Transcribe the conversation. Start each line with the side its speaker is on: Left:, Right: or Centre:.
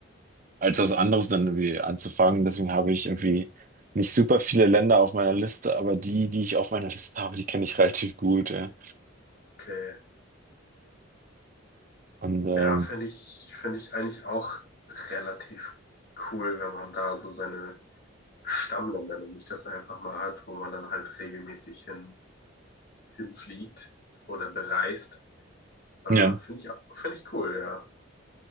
Right: als was anderes dann irgendwie anzufangen. Deswegen habe ich irgendwie nicht super viele Länder auf meiner Liste, aber die, die ich auf meiner Liste habe, die kenne ich <laughs> relativ gut. Ja.
Left: Okay.
Right: Und ähm,
Left: Ja, finde ich, finde ich eigentlich auch relativ cool, wenn man da so seine Stammländer, wenn ich das einfach mal hat, wo man dann halt regelmäßig hin, hinfliegt oder bereist. Äh,
Right: ja.
Left: finde ich, finde ich cool, ja.